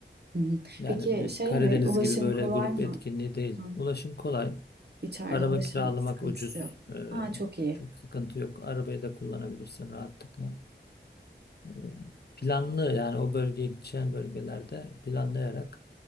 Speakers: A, on the right (about 60°); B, on the left (about 60°).
A: Hı hı.
B: Yani
A: Peki
B: bir
A: şey
B: Karadeniz
A: mi? Ulaşım
B: gibi böyle
A: kolay
B: grup
A: mı?
B: etkinliği değil.
A: Hı.
B: Ulaşım kolay.
A: İçeride
B: Araba
A: ulaşım
B: kiralamak
A: sıkıntısı
B: ucuz.
A: yok.
B: Ee,
A: Ha çok iyi.
B: çok sıkıntı yok. Arabayı da kullanabilirsin rahatlıkla. Ee, planlı yani o bölgeye gideceğin bölgelerde planlayarak